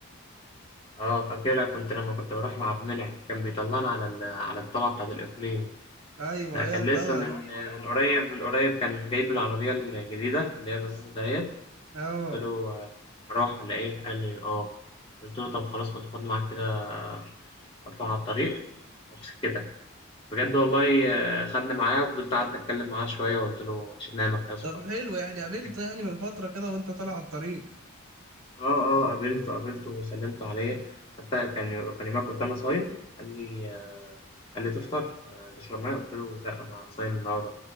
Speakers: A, on the left; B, on the right.
A: آه فاكرها كنت لمّا كنت باروح مع عبد المنعم، كان بيطلّعنا على ال على الطلعة بتاعة الإقليمي،
B: ايوه
A: لأ كان
B: هي الطلعه
A: لسه من
B: دي
A: من قريب من قريب كان جايب العربية الجديدة اللي هي الرصاصة دهيّة،
B: اه
A: قُلت له: آه، "مروّح والّا إيه؟" قال لي: "آه." قُلت له: "طب خلاص ما تاخدني معاك كده أطلع على الطريق وأبص كده." بجد والله آه، خدني معاه وفضلت قعدت أتكلم معاه شوية وقُلت له: "عشان أنامك يا اسطى."
B: طب حلو يعني
A: والدنيا
B: قابلته يعني من فتره كده وانت طالع على الطريق
A: آه، آه، قابلته، قابلته وسلِّمت عليه، حتى كان كان يومها كنت أنا صايم، قال لي آه قال لي: "تفطر، آآ، تشرب مَيّة؟" قُلت له: "لأ، أنا صايم النهارده."